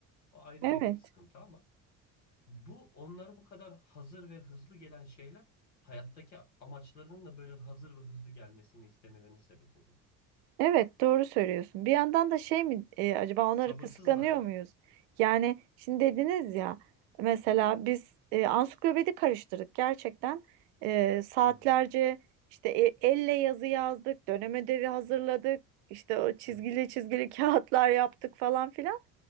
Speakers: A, on the left; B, on the right.
A: O ayrı
B: Evet.
A: bir sıkıntı ama bu onlara bu kadar hazır ve hızlı gelen şeyler hayattaki amaçlarının da böyle hazır ve hızlı gelmesini istemelerine sebep oluyor.
B: Evet doğru söylüyorsun. Bir yandan da şey mi e, acaba
A: Sabırsızlar
B: onları kıskanıyor
A: yani.
B: muyuz? Yani şimdi dediniz ya mesela biz e, ansiklopedi karıştırdık gerçekten E, saatlerce
A: Hı hı.
B: işte e- elle yazı yazdık, dönem ödevi hazırladık, işte o çizgili
A: Evet,
B: çizgili <laughs> kağıtlar yaptık falan filan.